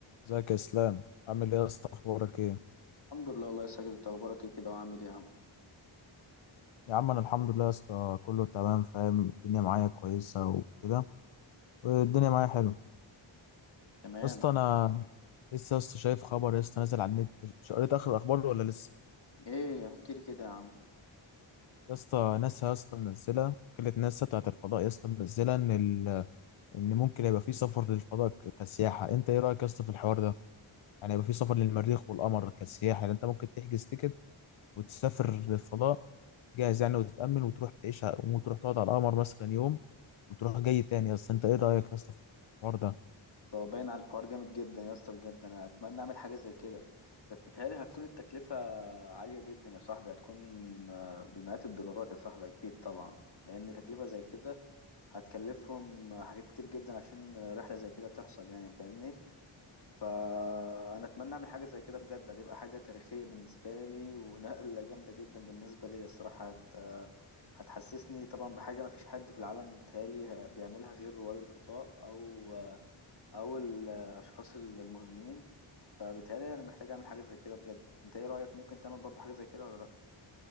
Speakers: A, on the left; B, on the left.
A: ازيك يا اسلام عامل ايه يا اسطى اخبارك ايه
B: الحمد لله والله يا ساجد انت اخبارك ايه كده وعامل ايه يا عم
A: يا عم انا الحمد لله يا اسطى كله تمام فاهم الدنيا معايا كويسه وكده والدنيا معايا حلو يا
B: تمام
A: اسطى انا لسه يا اسطى شايف خبر يا اسطى نازل على النت ش- قريت اخر الاخبار ولا لسه
B: ايه احكي لي كده يا عم
A: يا اسطى ناسا يا اسطى منزله وكاله ناسا بتاعت الفضاء يا اسطى منزله ان ال... ان ممكن يبقى في سفر للفضاء ك- كسياحه انت ايه رايك يا اسطى في الحوار ده يعني يبقى في سفر للمريخ والقمر كسياحه يعني انت ممكن تحجز تيكت وتسافر للفضاء
B: مم.
A: جاهز يعني وتتامن وتروح تعيش ع- وتروح تقعد على القمر مثلا يوم وتروح جاي تاني يا اسطى انت ايه رايك يا اسطى في الحوار ده
B: طب باين على الحوار جامد جدا يا اسطى بجد انا اتمنى اعمل حاجه زي كده بس تتهيألي هتكون التكلفه عاليه جدا يا صاحبي هتكون آه، بمئات الدولارات يا صاحبي اكيد طبعا لان تكلفه زي كده هتكلفهم حاجات كتير جدا عشان رحله زي كده تحصل يعني فاهمني فانا اتمنى اعمل حاجه زي كده بجد هتبقى حاجه تاريخيه بالنسبه لي ونقله جامده جدا بالنسبه لي الصراحه هت... هتحسسني طبعا بحاجه ما فيش حد في العالم بيتهيألي ه- بيعملها غير رواد الفضاء او او الاشخاص المهمين فبالتالي انا محتاج اعمل حاجه زي كده بجد انت ايه رايك ممكن تعمل برضو حاجه زي كده ولا لا